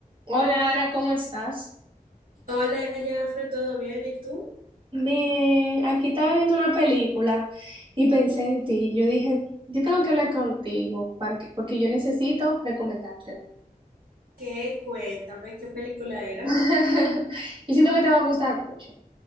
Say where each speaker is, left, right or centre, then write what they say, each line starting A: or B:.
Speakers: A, on the right (about 35°); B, on the right (about 70°).
A: Hola, Ara, ¿cómo estás?
B: Hola, Jafre, ¿todo bien? ¿Y tú?
A: Bien, aquí estaba viendo una película y pensé en ti. Yo dije, yo tengo que hablar contigo para que- porque yo necesito recomendártela.
B: ¿Qué? Cuéntame, ¿qué película era?
A: <laughs> Yo siento que te va a gustar mucho.